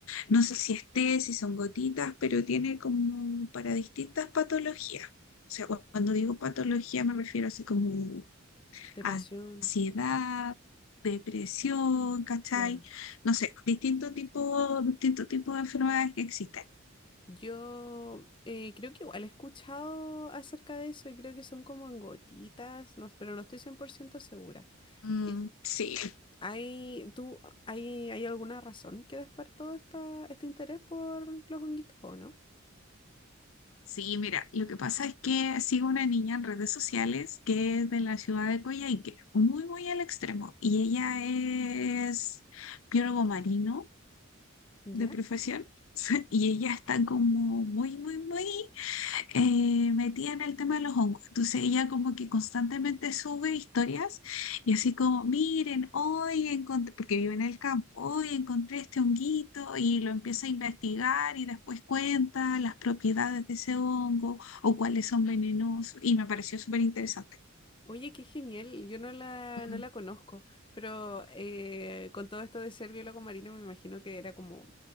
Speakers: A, on the left; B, on the left.
A: No sé si es té, si son gotitas, pero tiene como para distintas patologías. O sea, cu- cuando digo patología me refiero así como
B: depresión,
A: ansiedad, depresión, ¿cachai?
B: claro.
A: No sé, distinto tipo, distinto tipo de enfermedades que existen.
B: Yo eh, creo que igual he escuchado acerca de eso y creo que son como en gotitas, no, pero no estoy 100% segura.
A: Mm,
B: Que
A: sí,
B: ¿Hay, tú, hay, hay alguna razón que despertó esta, este interés por los honguitos o no?
A: sí, mira, lo que pasa es que sigo una niña en redes sociales que es de la ciudad de Coyhaique, muy, muy al extremo, y ella es biólogo marino
B: ¿Ya?
A: de profesión, <laughs> y ella está como muy, muy, muy eh, metida en el tema de los hongos. Entonces ella como que constantemente sube historias y así como, miren, hoy encontré, porque vive en el campo, hoy encontré este honguito y lo empieza a investigar y después cuenta las propiedades de ese hongo o cuáles son venenosos y me pareció súper interesante.
B: Oye, qué genial, yo no la,
A: Mm,
B: no la conozco, pero eh, con todo esto de ser biólogo marino me imagino que era como